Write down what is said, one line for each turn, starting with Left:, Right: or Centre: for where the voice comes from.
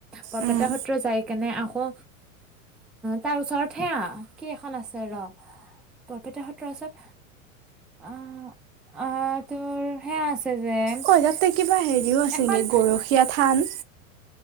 Centre: বৰপেটা
Right: উম,
Centre: সত্ৰ যাই কেনে আকৌ তাৰ ওচৰত হেয়া কি এখন আছে ৰহ। বৰপেটা সত্ৰৰ ওচৰত আ আ তোৰ সেয়া আছে <inaudible>
Right: অ তাতে কিবা হেৰিও আছে
Centre: এখন
Right: এনেকে গৰখীয়া থান।